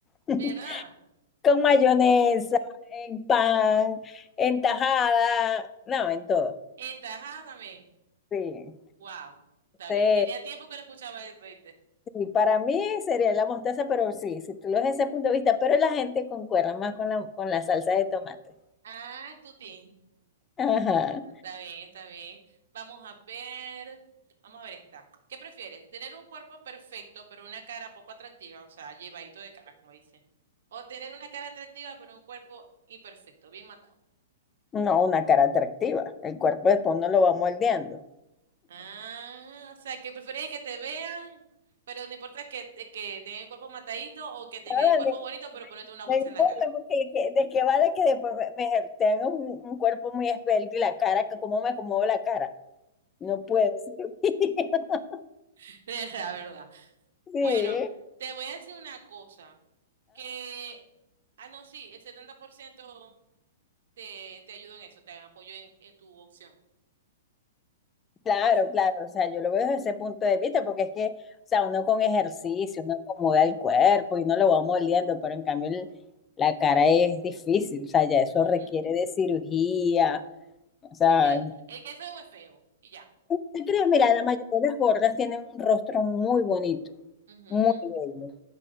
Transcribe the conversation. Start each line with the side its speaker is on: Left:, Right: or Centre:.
Left: <laughs>
Right: ¿Verdad?
Left: Con mayonesa, en pan, en tajada, no, en todo.
Right: En tajada también.
Left: Sí.
Right: Wow. Está
Left: sí.
Right: bien. Tenía tiempo que no escuchaba eso, ¿viste?
Left: Sí, para mí sería la mostaza, pero sí, si tú lo ves desde ese punto de vista, pero la gente concuerda más con la, con la salsa de tomate.
Right: Ah, es tu team.
Left: Ajá.
Right: Está bien, está bien. Vamos a ver. Vamos a ver esta. ¿Qué prefieres? ¿Tener un cuerpo perfecto, pero una cara poco atractiva? O sea, llevadito de cara, como dicen. O tener una cara atractiva, pero un cuerpo imperfecto, bien matado.
Left: No, una cara atractiva. El cuerpo después uno lo va moldeando.
Right: Ah, o sea, que preferís que te vean, pero no importa que, te- que tenga el cuerpo matadito o que tenga
Left: Ahora,
Right: el cuerpo
Left: me,
Right: bonito, pero
Left: me-
Right: ponerte una bolsa
Left: me importa
Right: en la cara.
Left: porque que- de qué vale que después me, me tenga un, un cuerpo muy esbelto y la cara, que cómo me acomodo la cara. No puedo. <laughs>
Right: <laughs> Es La verdad.
Left: Sí.
Right: Bueno,
Left: Sí.
Right: te voy a decir una cosa, que, ah, no, sí, el 70% te, te ayuda en eso, te apoyo en, en tu opción.
Left: Claro,
Right: Es-
Left: claro, o sea, yo lo veo desde ese punto de vista, porque es que, o sea, uno con ejercicio, uno acomoda el cuerpo y no lo va moliendo, pero en cambio el- la cara es difícil, o sea, ya eso
Right: ujú,
Left: requiere de cirugía, o sea,
Right: Sí, el,
Left: no
Right: el que es feo es feo, y ya.
Left: te crees, mira, la mayoría de las gordas tienen un rostro muy bonito,
Right: Ujú,
Left: muy bello.